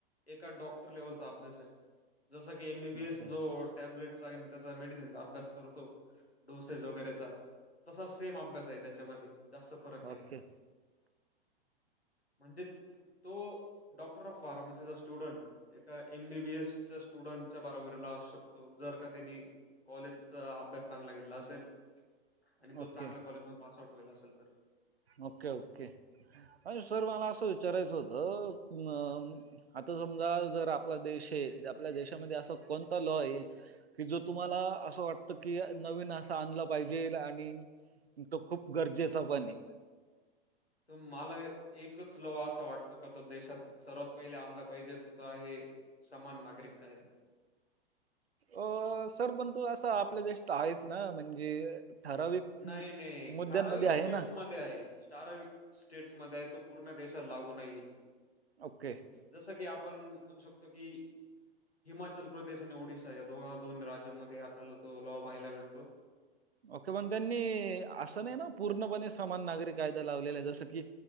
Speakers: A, on the left; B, on the right.
A: एका डॉक्टर लेवलचा अभ्यास आहे. जस की एमबीबीएस
B: ओके.
A: जो टॅब्लेट त्याचा मेडिसिनचा अभ्यास करतो. डोसेस वगैरेचा तसा सेम अभ्यास आहे त्याच्यामध्ये जास्त फरक नाही.
B: ओके.
A: म्हणजे तो डॉक्टर ऑफ फार्मसीचा स्टुडंट एका एमबीबी एसच्या स्टुडंटच्या बराबरीला असू शकतो जर त्यांनी कॉलेज अभ्यास चांगला केला असेल आणि तो
B: ओके.
A: चांगल्या कॉलेज मधून पास आउट व्हायला असेल तर
B: ओके ओके आणि सर मला असं विचारायचं होतं. आता समजा जर आपला देश आहे आपल्या देशामध्ये असा कोणता लॉ आहे. की जो तुम्हाला असं वाटत की नवीन असं आणलं पाहिजे आणि तो खूप गरजेचा पण आहे.
A: तर मला एकच लॉ असा वाटतो का तो देशात सर्वात पहिले आणला पाहिजे तो तर आहे समान नागरिक कायदा
B: अ सर पण तु असं आपल्या देशात आहेच ना म्हणजे ठराविक
A: नाही
B: म-
A: नाही!
B: मुद्द्यांमध्ये
A: ठराविक स्टेट्स
B: आहे ना
A: मध्ये आहे. ठराविक स्टेट्स मध्ये आहे. तो पूर्ण देशाला लागू नाही.
B: ओके!
A: जसं की आपण म्हणू शकतो की हिमाचल प्रदेश आणि ओडिसा या दोन् राज्यांमध्ये आपल्याला तो लॉव पाहायला भेटतो.
B: ओके पण त्यांनी असं नाही ना पूर्णपणे समान नागरी कायदा लावलेला आहे जसं की